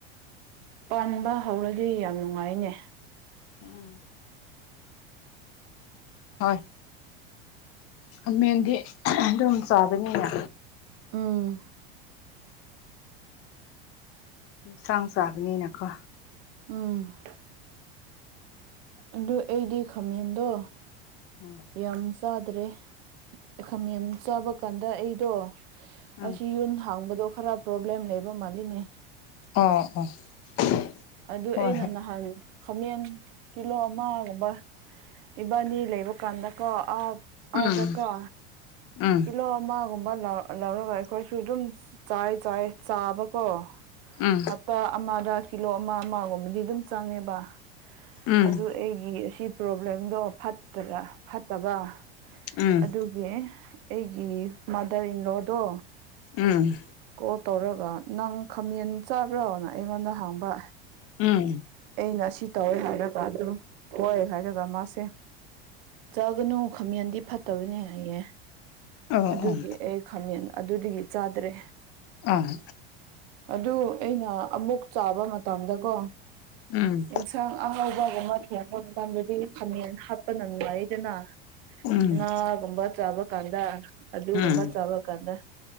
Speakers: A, on the right; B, on the left.
A: ꯄꯟꯕ ꯍꯧꯔꯗꯤ ꯌꯥꯝ ꯅꯨꯡꯉꯥꯏꯅꯦ
B: ꯎꯝ ꯍꯣꯏ ꯈꯃꯦꯟꯗꯤ ꯑꯗꯨꯝ ꯆꯥꯕꯅꯤꯅ
A: ꯎꯝ
B: ꯏꯟꯁꯥꯡ ꯆꯥꯕꯅꯤꯅꯀꯣ
A: ꯎꯝ ꯑꯗꯨ ꯑꯩꯗꯤ ꯈꯥꯃꯦꯟꯗꯣ
B: ꯎꯝ
A: ꯌꯥꯝ ꯆꯥꯗ꯭ꯔꯦ ꯈꯥꯃꯦꯟ ꯆꯥꯕ ꯀꯥꯟꯗ ꯑꯩꯗꯣ
B: ꯎꯝ
A: ꯑꯁꯤ ꯌꯨꯟ ꯍꯥꯡꯕꯗꯣ ꯈꯔ ꯄ꯭ꯔꯣꯕ꯭ꯂꯦꯝ ꯂꯩꯕ ꯃꯥꯜꯂꯤꯅꯦ
B: ꯑꯣ ꯑꯣ
A: ꯑꯗꯨ
B: ꯍꯣꯏ
A: ꯑꯩꯅ
B: ꯍꯣꯏ
A: ꯅꯍꯥꯟ ꯈꯥꯃꯦꯟ ꯀꯤꯂꯣ ꯑꯃꯒꯨꯝꯕ ꯏꯕꯥꯅꯤ ꯂꯩꯕ ꯀꯥꯟꯗ ꯀꯣ ꯑꯥ
B: ꯎꯝ
A: ꯑꯥꯗꯀꯣ
B: ꯎꯝ
A: ꯀꯤꯂꯣ ꯑꯃꯒꯨꯝꯕ ꯂꯧ ꯂꯧꯔꯒ ꯑꯩꯈꯣꯏꯁꯨ ꯑꯗꯨꯝ ꯆꯥꯏ ꯆꯥꯏ ꯆꯥꯕꯀꯣ
B: ꯎꯝ
A: ꯍꯞꯇꯥ ꯑꯃꯥꯗ ꯀꯤꯂꯣ ꯑꯃꯥ ꯑꯃꯥꯒꯨꯝꯕꯗꯤ ꯑꯗꯨꯝ ꯆꯪꯉꯦꯕ
B: ꯎꯝ
A: ꯑꯗꯨ ꯑꯩꯒꯤ ꯑꯁꯤ ꯄ꯭ꯔꯣꯕ꯭ꯂꯦꯝꯗꯣ ꯐꯠꯇꯔ ꯐꯠꯇꯕ
B: ꯎꯝ
A: ꯑꯗꯨ ꯒꯤ ꯑꯩꯒꯤ ꯃꯥꯗꯔ ꯏꯟꯂꯣꯗꯣ
B: ꯎꯝ
A: ꯀꯣꯜ ꯇꯧꯔꯒ ꯅꯪ ꯈꯥꯃꯦꯟ ꯆꯥꯕ꯭ꯔꯣꯅ ꯑꯩꯉꯣꯟꯗ ꯍꯪꯕ
B: ꯎꯝ
A: ꯑꯩꯅ ꯁꯤ ꯇꯧꯋꯦ ꯍꯥꯏꯔꯒ ꯑꯗꯨ ꯍꯣꯏ ꯍꯥꯏꯔꯒ ꯃꯥꯁꯦ ꯆꯥꯒꯅꯨ ꯈꯥꯃꯦꯟꯗꯤ ꯐꯠꯇꯕꯅꯦ ꯍꯥꯌꯦ
B: ꯑꯣ
A: ꯑꯗꯨꯒꯤ
B: ꯑꯣ
A: ꯑꯦꯏ ꯈꯥꯃꯦꯟ ꯑꯗꯨꯗꯒꯤ ꯆꯥꯗ꯭ꯔꯦ
B: ꯑꯥ
A: ꯑꯗꯨ ꯑꯩꯅ ꯑꯃꯨꯛ ꯆꯥꯕ ꯃꯇꯝꯗꯀꯣ
B: ꯎꯝ
A: ꯆꯥꯡ ꯑꯍꯥꯎꯕꯒꯨꯝꯕ ꯊꯣꯡꯕ ꯃꯇꯥꯝꯗꯗꯤ ꯈꯃꯦꯟ ꯍꯥꯞꯄꯅ ꯅꯨꯡꯉꯥꯏꯌꯦꯗꯅ
B: ꯎꯝ
A: ꯉꯥꯒꯨꯝꯕ ꯆꯥꯕ ꯀꯥꯟꯗ ꯑꯗꯨꯒꯨꯝꯕ
B: ꯎꯝ
A: ꯆꯥꯕ ꯀꯥꯟꯗ